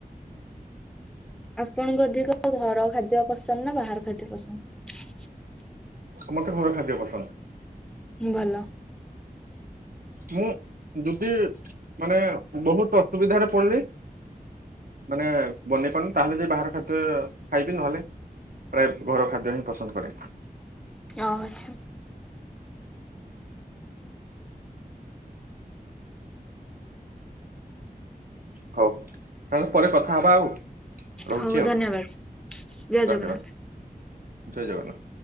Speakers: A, in the centre; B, on the right (about 65°).
A: ଆପଣଙ୍କୁ ଅଧିକ ଘର ଖାଦ୍ୟ ପସନ୍ଦ ନା ବାହାର ଖାଦ୍ୟ ପସନ୍ଦ?
B: ମତେ ଘର ଖାଦ୍ୟ ପସନ୍ଦ।
A: ହୁଁ ଭଲ।
B: ମୁଁ ଯଦି ମାନେ ବହୁତ ଅସୁବିଧାରେ ପଡିଲି? ମାନେ ବନେଇ ପାରୁନୁ, ତାହେଲେ ଯାଇ ବାହାର ଖାଦ୍ୟ ଖାଇବି ନହେଲେ ପ୍ରାଏ ଘର ଖାଦ୍ୟ ହିଁ ପସନ୍ଦ କରେ।
A: ଓ ହ ଆଛା
B: ହଉ ତାହେଲେ ପରେ କଥା ହବା ଆଉ ରହୁଛି
A: ହଉ
B: ଆଉ
A: ଧନ୍ୟବାଦ ଜୟ
B: ଧନ୍ୟବାଦ।
A: ଜଗନ୍ନାଥ।
B: ଜୟ ଜଗନ୍ନାଥ।